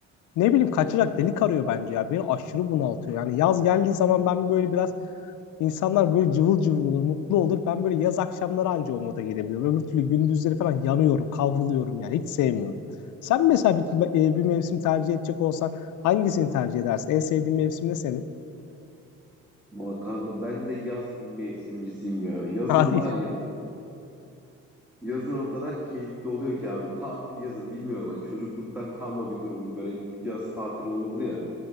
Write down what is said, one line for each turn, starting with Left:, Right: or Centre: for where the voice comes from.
Left: ne bileyim kaçacak delik arıyor bence ya. Beni aşırı bunaltıyor. Yani yaz geldiği zaman ben böyle biraz insanlar böyle cıvıl cıvıl olur, mutlu olur. Ben böyle yaz akşamları anca o moda girebiliyorum. Öbür türlü gündüzleri falan yanıyorum, kavruluyorum yani. Hiç sevmiyorum. Sen mesela bir, e, bir mevsim tercih edecek olsan hangisini tercih edersin? En sevdiğin mevsim ne senin?
Centre: Ama kanka ben de yaz mevsimcisiyim ya. Yazın
Left: Abi
Centre: var ya. Yazın o kadar keyifli oluyor ki abi. Tatil yazın bilmiyorum. Hani çocukluktan kalma bir durum. Böyle yaz tatili olurdu ya.